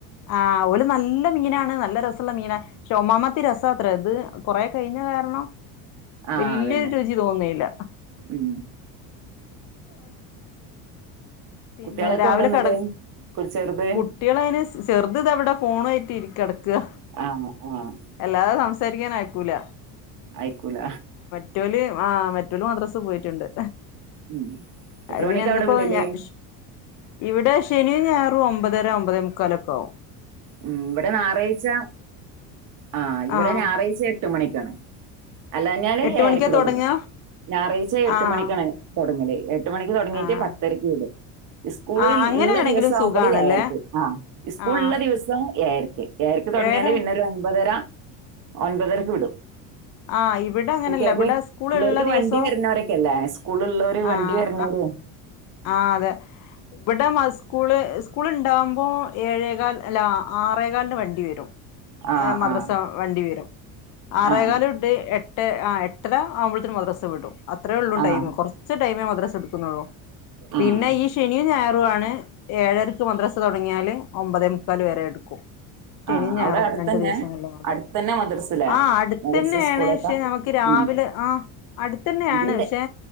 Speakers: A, on the left (about 50°); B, on the right (about 50°).
A: ആഹ് ഓല് നല്ല മീനാണ് നല്ല രസമുള്ള മീന ചൊമാമത്തി രസാഅത്രെ ഇത് കൊറേ കഴിഞ്ഞ കാരണം
B: ആഹ്
A: വല്യരു
B: അതന്നെ
A: രുചി തോന്നീല്ല
B: ഉം
A: പിന്നെ
B: കുട്ടികളൊക്കെ
A: രാവിലെ
B: എവിടെ എന്നിട്ട്
A: കടക്കും
B: കു ചെറുത്
A: കുട്ടികളെ അയ്ന് ചെറുത് ഇതതവിടെ ഫോണ് ആയിട്ട് ഇരി കെടക്കുക
B: ആഹ് ആഹ്
A: എല്ലാതെ സംസാരിക്കാൻ അയ്ക്കൂല
B: ആയ്ക്കൂല
A: മറ്റോല് ആ മറ്റൊല് മദ്രസ് പോയിട്ടുണ്ട്
B: ഉം എത്ര
A: അയ് പിന്നെ
B: മണിക്കാ
A: ഇന്നിപ്പോ
B: അവിടെ വിടല്
A: ഞാൻ ഇവിടെ ശനീം ഞായറും ഒമ്പതര ഒമ്പതെമുക്കാലൊക്കെ ആകും
B: ഉം ഇവിടെ ഞായറാഴ്ച ആ ഇവിടെ
A: ആഹ്
B: ഞായറാഴ്ച എട്ട് മണിക്കാണ് അല്ലാഞ്ഞാല്
A: എട്ട് മണിക്കാ
B: ഏഴരക്ക്
A: തൊടങ്ങാ
B: തൊടങ്ങും ഞായറാഴച്ച എട്ട്
A: ആഹ്
B: മണിക്കാണ് തൊടങ്ങല് എട്ട് മണിക്ക് തൊടങ്ങിയിട്ട്
A: ആഹ്
B: പത്തരയ്ക്ക് വിടും ഇസ്കൂള്
A: ആഹ്
B: ഇള്ള
A: അങ്ങനെയാണെങ്കിലും
B: ദിവസം ആകുമ്പോലേ
A: സുഖാണല്ലേ
B: ഏഴരക്ക്‌ ആഹ് ഇസ്കൂൾ
A: ആഹ്
B: ഉള്ള ദിവസ് ഏഴരക്ക് ഏരക്ക് തുടങ്ങിയാല്
A: ഏതോ
B: പിന്നെ ഒരു ഒമ്പതര ഒൻപതരക്ക് വിടും
A: ആഹ് ഇവിടെ അങ്ങനല്ല
B: കുട്ടികൾക്ക്
A: ഇവിടെ സ്കൂളുള്ള
B: ഉള്ളർക്ക്
A: ദിവസം
B: വണ്ടി വരുന്നവരൊക്കെല്ലേ സ്കൂൾ ഉള്ളൂ വണ്ടി
A: ആഹ്
B: വരുന്നവരേ
A: ആഹ് അതെ ഇവടെ മസ് സ്കൂള് സ്കൂള ഉണ്ടാവകുമ്പോൾ ഏഴേകാൽ അല്ല ആറേകാലിന് വണ്ടി വരും
B: ആഹ്
A: മദ്രസ
B: ആഹ്
A: വണ്ടി വരും ആറേകാലുട്ട്
B: ആഹ്
A: എ ട്ട് അഹ് എട്ടര ആവുമ്പ ൾത്തിന് മദ്രസ വിടും അത്രയേ ഉള്ളൂ
B: ആഹ്
A: ടൈം മ് കുറ ച്ച് ടൈമ മദ്രസ എടുക്കുന്നുള്ളൂ പിന്നെ
B: ആഹ്
A: ഈ ശനിയും ഞായറും ആണ് ഏഴരക്ക് മദ്രസ തുടങ്ങിയാല് ഒമ്പതേ മുക്കാൽ വരെ എടുക്കും ശനിയും
B: ആഹ്
A: ഞായറും
B: അവിടെ അടുത്തന്നെ
A: രണ്ടു ദിവസംങ്ങളിൽ മാത്രം
B: അടുത്തന്നെ മദ്രസല്ലേ
A: ആ അടുത്തന്നെ
B: മദ്രസ സ്കൂളൊക്കെ
A: ആണ് പക്ഷെ നമു ക്ക് രാവിലെ
B: ഉം
A: ആ അടുത്ത തന്നെയാണ്
B: ഇതിന്റെ
A: പക്ഷെ